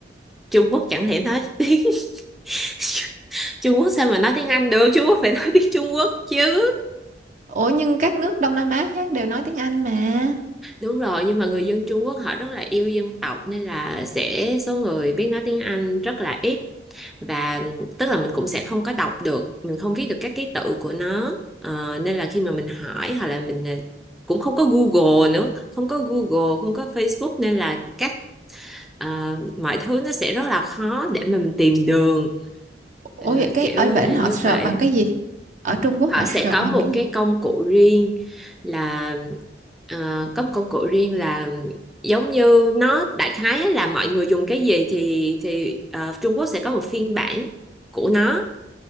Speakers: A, in the centre; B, on the right (about 45°).
A: Trung Quốc chẳng thể nói <laughs> tiếng <laughs> Trung Quốc sao mà nói tiếng Anh được Trung Quốc phải nói tiếng Trung Quốc chứ
B: Ủa nhưng các nước Đông Nam Á khác đều nói tiếng Anh mà.
A: đúng rồi nhưng mà người dân Trung Quốc họ rất là yêu dân tộc nên là sẽ số người biết nói tiếng Anh rất là ít và tức là mình cũng sẽ không có đọc được mình không viết được các ký tự của nó Ờ, nên là khi mà mình hỏi hoặc là mình ờ, cũng không có Google nữa không có Google không có Facebook nên là các ờ, mọi thứ nó sẽ rất là khó để mà mình tìm đường
B: Ủa
A: Ờ,
B: vậy cái
A: kiểu
B: ở bển
A: là
B: họ
A: như
B: search
A: vậy
B: bằng cái gì? Ở Trung Quốc
A: họ
B: họ
A: sẽ
B: search
A: có
B: bằng
A: một
B: cái gì?
A: cái công cụ riêng là ờ, có một công cụ riêng là giống như nó đại khái á là mọi người dùng cái gì thì thì ờ, Trung Quốc sẽ có một phiên bản của nó